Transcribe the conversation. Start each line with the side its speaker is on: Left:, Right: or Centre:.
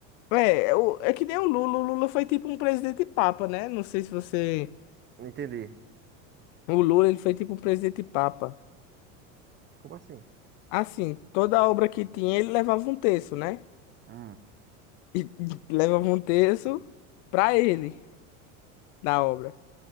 Left: é, é o, é que nem o Lula. O Lula foi tipo um presidente papa, né? Não sei se você.
Right: Não entendi.
Left: O Lula, ele foi tipo um presidente papa.
Right: Como assim?
Left: Assim, toda obra que tinha, ele levava um terço, né?
Right: Hum.
Left: E <laughs> levava um terço pra ele da obra.